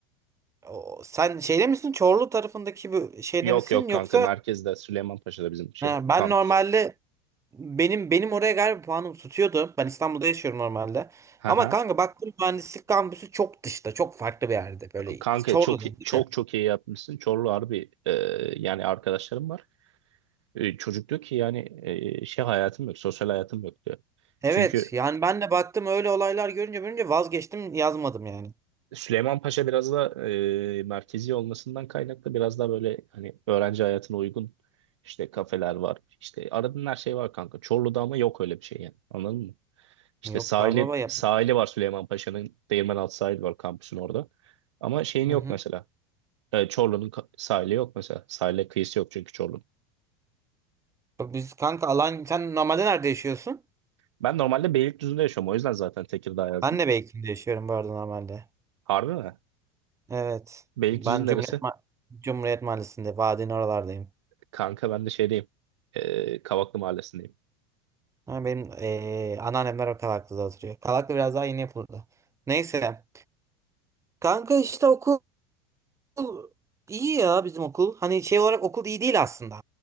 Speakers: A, on the right; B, on the right.
A: O- Sen şeyde misin? Çorlu tarafındaki bu şeyde
B: Yok
A: misin?
B: yok
A: Yoksa
B: kanka merkezde Süleymanpaşa'da bizim şey
A: ha, ben
B: kampüs.
A: normalde benim benim oraya galiba puanım tutuyordu. Ben İstanbul'da yaşıyorum normalde.
B: Haha.
A: Ama kanka baktım mühendislik kampüsü çok dışta. Çok farklı bir yerde. Böyle
B: Kanka
A: Çorlu'da
B: çok
A: değil
B: çok
A: mi?
B: çok iyi yapmışsın. Çorlu harbi e, yani arkadaşlarım var. E, çocuk diyor ki yani e, şey hayatım yok, sosyal hayatım yok diyor.
A: Evet.
B: Çünkü
A: Yani ben de baktım öyle olaylar görünce görünce vazgeçtim yazmadım yani.
B: Süleymanpaşa biraz da e, merkezi olmasından kaynaklı biraz daha böyle hani öğrenci hayatına uygun işte kafeler var. İşte aradığın her şey var kanka. Çorlu'da ama yok öyle bir şey yani. Anladın mı? İşte
A: Yok
B: sahili
A: abi baba yap.
B: sahili var Süleymanpaşa'nın Paşa'nın. Değirmenaltı sahili var kampüsün orada. Ama şeyin
A: Hı
B: yok
A: hı.
B: mesela. E, Çorlu'nun ka- sahili yok mesela. Sahile kıyısı yok çünkü Çorlu'nun.
A: Bak Biz kanka alan sen normalde nerede yaşıyorsun?
B: Ben normalde Beylikdüzü'nde yaşıyorum. O yüzden zaten Tekirdağ yazdım.
A: Ben de Beykin'de yaşıyorum bu arada normalde.
B: Harbi mi?
A: Evet.
B: Beylikdüzü'nün
A: Ben Cumhuriyet
B: neresi?
A: Ma- Cumhuriyet Mahallesi'nde Vadi'nin oralardayım.
B: Kanka ben de şeydeyim. E, Kavaklı Mahallesi'ndeyim.
A: Ha, benim eee anneannemler o Kavaklı'da oturuyor. Kavaklı biraz daha yeni yapıldı. Neyse. Kanka işte okul Okul iyi ya bizim okul. Hani şey olarak okul iyi değil aslında.